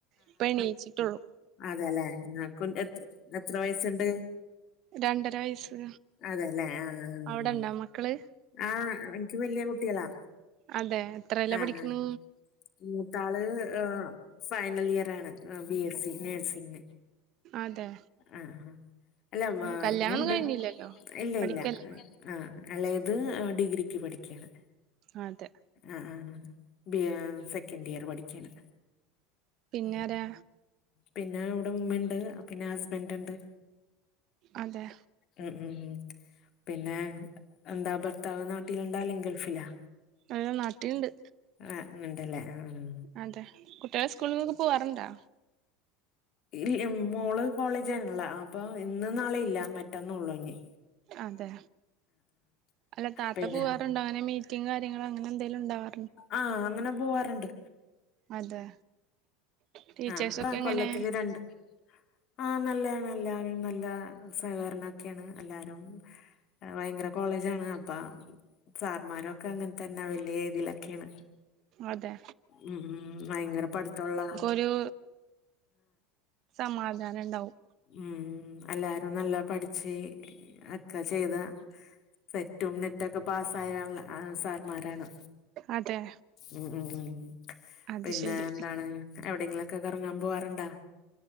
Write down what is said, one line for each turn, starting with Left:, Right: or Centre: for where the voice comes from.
Right: ഇപ്പ എണീച്ചിട്ടൊള്ളു.
Left: അതെലെ ഇങ്ങ്ൽക്കും എത്ര വയസ്ണ്ട്?
Right: രണ്ടര വയസ്സ്
Left: അതല്ലേ ആഹ്.
Right: അവിടെണ്ടോ മക്കള്
Left: ആഹ് എൻക്ക് വല്യേ കുട്ടികളാ.
Right: അതെ. എത്രേലാ
Left: ന്നാ
Right: പഠിക്ക്ണ്
Left: ന്നാന്ന്. മത്താള് ഫൈനലിയറാണ് ബി എസ്സി നേഴ്സിംഗ്.
Right: അതെ
Left: ആഹ് അല്ല
Right: കല്യാണൊന്നും
Left: ഇങ്ങുണ്ട്
Right: കഴിഞ്ഞില്ലല്ലോ
Left: ഇല്ല
Right: പഠിക്കല്ലേ
Left: ഇല്ല ആഹ്. ആഹ് എളേത് ഡിഗ്രിക്ക് പഠിക്കാണ്.
Right: അതെ.
Left: ആഹ് ആഹ് ബിഎ സെക്കൻഡ് ഇയർ പഠിക്കാണ്.
Right: പിന്നെ
Left: ഉം
Right: ആരാ
Left: പിന്നെ ഇവ്ടെ ഉമ്മേംണ്ട് പിന്നെ ഹസ്ബൻറ്ണ്ട്.
Right: അതെ.
Left: ഉം ഉം ഉം പിന്നെ എന്താ ഭർത്താവ്നാട്ടിലണ്ടാല് ഗൾഫിലാ?
Right: അയ് നാട്ടിയിണ്ട്.
Left: ആണ്ടല്ലേ ആഹ്.
Right: അതെ കുട്ടേള് സ്കൂളിലൊക്കെ പോവാറുണ്ടോ?
Left: ഇല്ല മോള് കോളേജ് ആണള്ള അപ്പൊ ഇന്ന് നാളെ ഇല്ല മറ്റന്ന ഉള്ളൂ ഇഞ്.
Right: അതെ അല്ല താത്ത
Left: പിന്നെ
Right: പോവാറുണ്ടോ അങ്ങനെ മീ ത്തി കാര്യങ്ങളങ്ങനെന്തൊലും ഉണ്ടവാ
Left: ആഹ് അങ്ങനെ പോവാറുണ്ട്.
Right: അതെ. ടീച്ചേഴ്സൊക്കെ
Left: ആഹ് പ്പ
Right: എങ്ങനെ
Left: കൊല്ലത്തില് രണ്ട്. ആഹ് നല്ലയാണ് നല്ലയാണ് നല്ല സഹകരനോക്കേണ് എല്ലാരും. ഭയങ്കര കോളേജ ആണ് അപ്പ സാർമാരൊക്കെ അങ്ങന്തന്നാണ് വല്യേ തിലൊക്കെണ്.
Right: അതെ
Left: ഉം ഭയങ്കര പടുതൊള്ള.
Right: ഒരു സമാധാനഇണ്ടാവും.
Left: ഉം എല്ലാരും നല്ല പഠിച്ച് ഒക്കെ ചെയ്ത സെറ്റും നെറ്റൊക്കെ പാസ്സായ സാർമാരാണ്.
Right: അതെ
Left: ഉം ഉം ഉം
Right: അത്
Left: പിന്നെ
Right: ശരി
Left: എന്താണ്? എവിടെങ്കിലൊക്കെ കറങ്ങാ പോവാറുണ്ടാ?